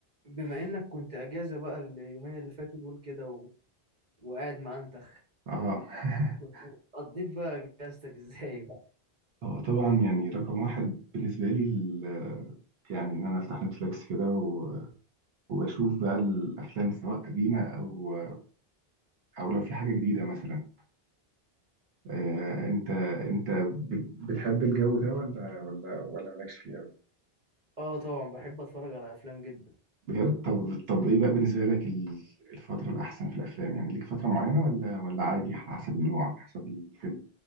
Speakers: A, on the right (about 50°); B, on the right (about 75°).
A: بما انك كنت اجازة بقى اليومين اللي فاتوا دول كده و... وقاعد معنتخ
B: اه
A: كنت
B: <laughs>
A: قضيت بقى اجازتك <laughs> ازاي بقى
B: هو طبعا يعني رقم واحد بالنسبة لي ال- يعني إن أنا أفتح نتفليكس كده و- وأشوف بقى الأفلام سواء قديمة أو أو لو في حاجة جديدة مثلا آه، أنت أنت بت- بتحب الجو ده ولا ولا ولا مالكش فيه أوي؟
A: اه طبعا بحب اتفرج على افلام جدا
B: بجد طب طب إيه بقى بالنسبة لك ال- الفترة الأحسن في الأفلام يعني ليك فترة معينة ولا ولا عادي على حسب النوع على حسب الفيلم؟